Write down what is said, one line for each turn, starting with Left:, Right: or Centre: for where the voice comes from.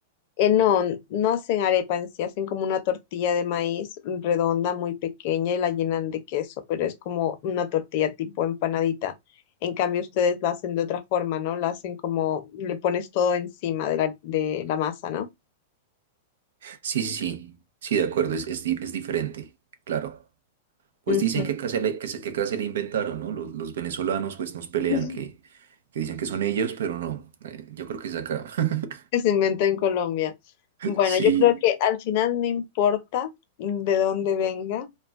Left: Eh, no, no hacen arepa en sí, hacen como una tortilla de maíz redonda, muy pequeña y la llenan de queso, pero es como una tortilla tipo empanadita. En cambio, ustedes la hacen de otra forma, ¿no? La hacen como, le pones todo encima de la, de la masa, ¿no?
Right: Sí, sí, sí. Sí, de acuerdo, es, es, di- es diferente. Claro. Pues
Left: Ujú.
Right: dicen que casi le, que se, que casi le inventaron, ¿no? Los, los venezolanos pues nos pelean,
Left: <laughs>
Right: que, que dicen que son ellos, pero no, eh, yo creo que es de acá. <laughs>
Left: que se inventó en Colombia. Bueno,
Right: Sí,
Left: yo creo que al final no importa de dónde venga,